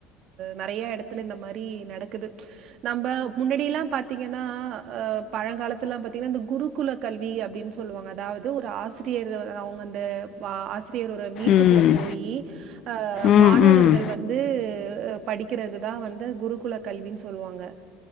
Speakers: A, on the right (about 55°); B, on the left (about 50°).
A: நறைய எடத்துல இந்த மாதிரி நடக்குது நம்ம முன்னாடியெல்லா பாத்தீங்கன்னா அ பழங்காலத்து எல்லா பாத்தீங்கன்னா இந்த குரு குல கல்வி அப்படின்னு சொல்லுவாங்க அதாவது ஒரு ஆசிரி யரிரு அ அவுங்க அந்த வா ஆசிரியர் ஒரு வீட்டுக்குள்ள
B: ம்.
A: போயி ஆ
B: ம்,
A: மாணவர்கள்
B: ம்.
A: வந்து அ படிக்கிறது தா வந்து குருகுல கல்வின்னு சொல்லுவாங்க